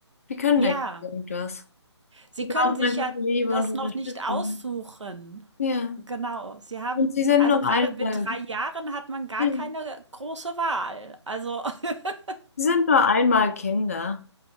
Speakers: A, on the left; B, on the right.
A: Die können
B: Ja,
A: nicht irgendwas.
B: sie
A: Die brauchen
B: können sich
A: einfach
B: ja
A: Liebe
B: das
A: und Unterstützung.
B: noch nicht aussuchen.
A: Ja.
B: Genau, sie haben
A: Und sie sind
B: also
A: nur
B: gerade
A: einmal,
B: mit 3 Jahren hat man gar
A: ja.
B: keine große Wahl. Also, <laughs>
A: sie sind nur einmal Kinder.